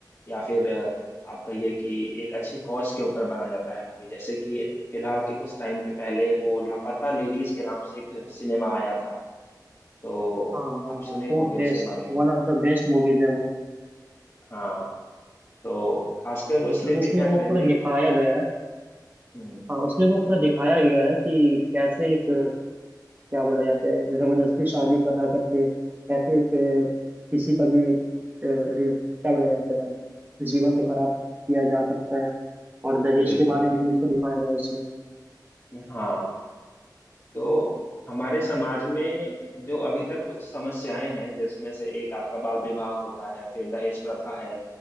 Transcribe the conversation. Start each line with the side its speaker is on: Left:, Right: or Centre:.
Left: या फिर अ, आपका ये कि एक अच्छी कॉज के ऊपर बना जाता है मूवी जैसे कि फिलहाल के कुछ टाइम के पहले वो लापता लेडीज के नाम से एक सिनेमा आया था तो
Right: हाँ हाँ
Left: आप सुने
Right: हाँ वो
Left: होंगे
Right: best
Left: उसके बारे में
Right: one of the best movies है वो
Left: हाँ तो खासकर वो इसलिए
Right: मतलब
Left: भी
Right: उसमें
Left: इतना
Right: वो
Left: ट्रेंडिंग
Right: पूरा दिखाया
Left: हुआ ना
Right: गया है
Left: हम्म
Right: हाँ उसमें वो पूरा दिखाया गया है कि कैसे एक क्या बोला जाता है जबरदस्ती शादी करा करके कैसे एक, अ, किसी का भी अ, रे- क्या बोला जाता है जीवन को खराब किया जा सकता है और दहेज
Left: बिल्कुल
Right: के बारे में भी इसको दिखाया गया है इसमें
Left: हाँ तो हमारे समाज में जो अभी तक कुछ समस्याएं हैं जिसमें से एक आपका बाल विवाह होता है फिर दहेज प्रथा है